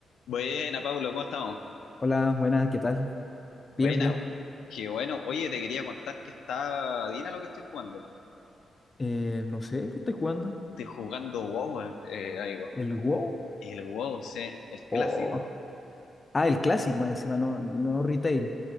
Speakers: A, on the left; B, on the left.
A: Buena, Pablo, ¿cómo estamos?
B: Hola, buenas, ¿qué tal?
A: Buena,
B: Bien, bien.
A: qué bueno. Oye, te quería contar que está Dina lo que estoy jugando.
B: Eh, no sé, ¿qué estoy jugando?
A: Estoy jugando WoW, eh, eh, amigo.
B: ¿El WoW?
A: El WoW, sí, el clásico.
B: O... Ah, el clásico más encima, no, no retail,